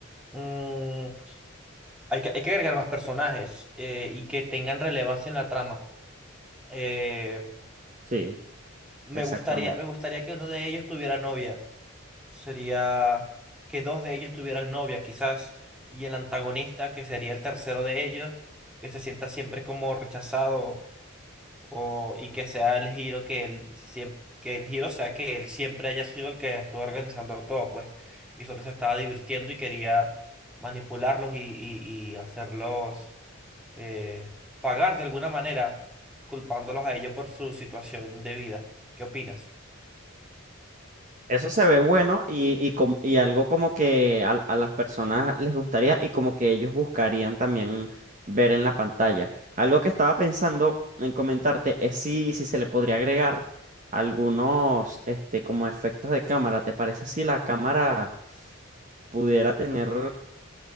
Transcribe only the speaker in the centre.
mm, hay que, hay que agregar más personajes eh, y que tengan relevancia en la trama. Eh,
me
gustaría, me gustaría que uno de ellos tuviera novia. sería que dos de ellos tuvieran novia, quizás, y el antagonista, que sería el tercero de ellos, que se sienta siempre como rechazado o, y que sea el giro que él siempre, que el giro sea que él siempre haya sido el que estuvo organizando todo, pues, y solo se estaba divirtiendo y quería manipularlos y, y, y hacerlos eh, pagar de alguna manera, culpándolos a ellos por su situación de vida. ¿Qué opinas?